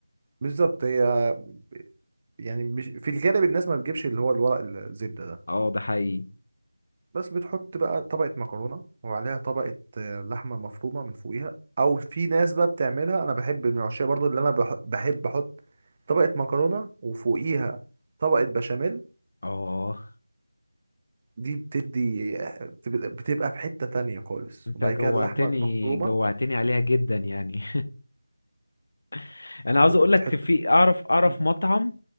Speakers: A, on the right (about 25°); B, on the left (about 50°).
A: بالظبط هي يعني مش في الغالب الناس ما بتجيبش اللي هو الورق الزبده ده
B: اه ده حقيقي
A: بس بتحط بقى طبقة مكرونة وعليها طبقة آه، لحمة مفرومة من فوقيها أو في ناس بقى بتعملها أنا بحب من العشاء برضو اللي أنا بح- بحب أحط طبقة مكرونة وفوقيها طبقة بشاميل
B: اه
A: دي بتدي بتبقى بتبقى في حتة تانية خالص
B: انت
A: وبعد
B: جوعتني
A: كده اللحمة المفرومة
B: جوعتني عليها جدا يعني <laughs> انا عاوز
A: وتحط
B: اقول لك في اعرف اعرف
A: مم.
B: مطعم